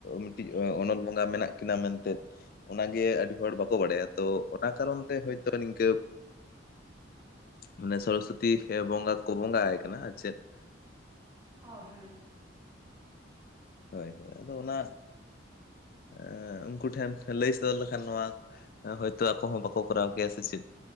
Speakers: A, on the left (about 50°); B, on the right (about 20°).
A: ᱢᱤᱫᱴᱤᱡ ᱚᱱᱚᱞ ᱵᱚᱸᱜᱟ ᱢᱮᱱᱟᱜ ᱠᱤᱱᱟᱹ ᱢᱮᱱᱛᱮ ᱚᱱᱟᱜᱮ ᱟᱹᱰᱤ ᱦᱚᱲ ᱵᱟᱠᱚ ᱵᱟᱲᱟᱭᱟ ᱛᱚ ᱾ ᱚᱱᱟ ᱠᱟᱨᱚᱱ
B: ᱦᱳᱭ
A: ᱛᱮ ᱦᱳᱭᱛᱳ ᱱᱤᱝᱠᱟᱹ ᱢᱟᱱᱮ ᱥᱚᱨᱚᱥᱚᱛᱤ ᱠᱷᱮ ᱵᱚᱸᱜᱟ ᱠᱚ ᱵᱚᱸᱜᱟ ᱟᱭ ᱠᱟᱱᱟ ᱟᱨ ᱪᱮᱜ ᱾
B: ᱦᱚ ᱦᱮᱸ
A: ᱦᱳᱭ ᱦᱳᱭ ᱟᱫᱚ ᱚᱱᱟ ᱮ ᱩᱱᱠᱩ ᱴᱷᱮᱱ ᱞᱟᱹᱭ ᱥᱚᱫᱚᱨ ᱞᱮᱠᱷᱟᱱ ᱱᱚᱣᱟ ᱦᱳᱭᱛᱳ ᱟᱠᱚ ᱦᱚᱸ ᱵᱟᱠᱚ ᱠᱚᱨᱟᱣ ᱠᱮᱭᱟ ᱥᱮ ᱪᱮᱜ